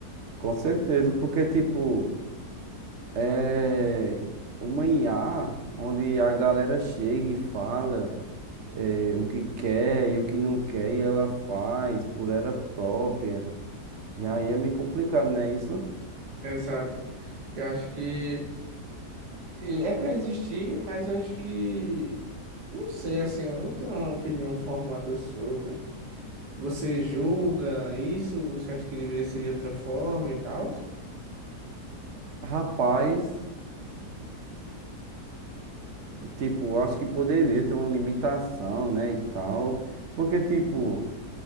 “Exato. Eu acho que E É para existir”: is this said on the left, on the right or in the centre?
Right